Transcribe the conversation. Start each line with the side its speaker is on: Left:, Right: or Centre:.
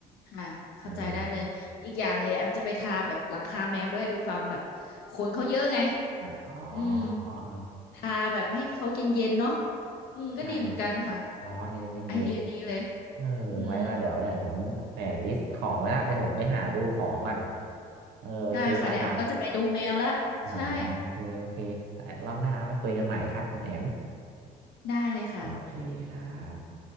Left: ค่ะเข้าใจได้เลยอีกอย่างเลยแอมจะไปทาแบบหลังคาแมวด้วยด้วยความแบบขนเขาเยอะไง
Right: เอออ่าอ๋อ
Left: อืม
Right: เออ
Left: ทาแบบให้เขาเย็นๆเนาะอืมก็ดีเหมือนกันค่ะ
Right: ใช่ร้อนนี่จะเย็นเย็น
Left: ไอเดียดีเลย
Right: เออไว้ว่าเดี๋ยวเนี่ยผมแหมลิสต์ของไว้ละเดี๋ยวผมไปหาดูของก่อน
Left: อืม
Right: เออไปซื้อมาท
Left: ได้ค่ะเดี๋ยวแอมก็จะไปดูแมวละใช่
Right: ำอ๋อโอเคโอเคแต่รอบหน้าไปคุยกันใหม่ครับคุณแอม
Left: ได้เลยค่ะ
Right: โอเคครับ